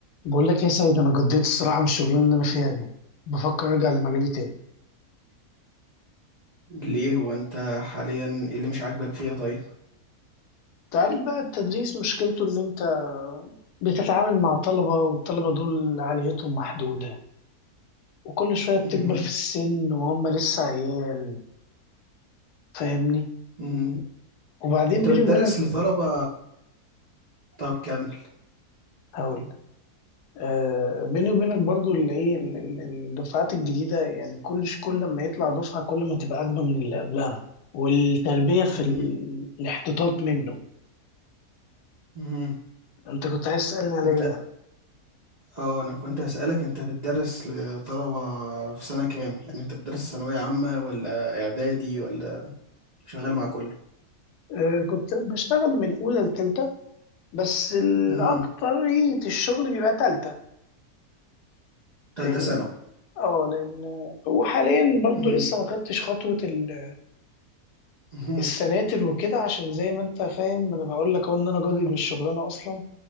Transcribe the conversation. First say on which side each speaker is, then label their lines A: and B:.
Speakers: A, on the left (about 85°); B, on the right (about 70°).
A: بقول لك يا سيد انا قضيت الصراحه من الشغلانه اللي انا فيها دي بفكر ارجع لمجالي تاني
B: ليه هو أنت حاليًا إيه اللي مش عاجبك فيها طيب؟
A: تعرف بقى التدريس مشكلته ان انت بتتعامل مع طلبه والطلبه دول عاليتهم محدوده وكل شويه بتكبر
B: اهم،
A: في السن وهم لسه عيال فاهمني
B: اهم،
A: وبعدين
B: أنت
A: بيني
B: بتدرّس
A: وبينك
B: لطلبة طَب كمّل.
A: هقول لك، آه بيني وبينك برضو اللي ايه ال- ال- الدفعات الجديده يعني كل ش- كل ما يطلع دفعه كل ما تبقى اغبى من اللي قبلها والتربيه في
B: اهم،
A: ال- الاحتطاط منه
B: اهم،
A: انت كنت عايز تسالني على
B: أنت
A: ايه
B: آه، أنا كنت هاسألك أنت بتدرّس لطلبة في سَنة كام؟ يعني أنت بتدرّس ثانوية عامة والّا إعدادي والّا شغّال مع كلّه؟
A: آه، كنت بشتغل من أولى لتالتة بس الأكترية
B: اهم،
A: الشغل بيبقى تالتة
B: تالتة
A: فاهمني؟
B: ثانوي.
A: اه لأن وحاليا برضو
B: اهم،
A: لسه ما خدتش خطوة ال-
B: اهم،
A: السناتر وكده عشان زي ما أنت فاهم أنا بقول لك أهو إن أنا جادي من الشغلانة أصلا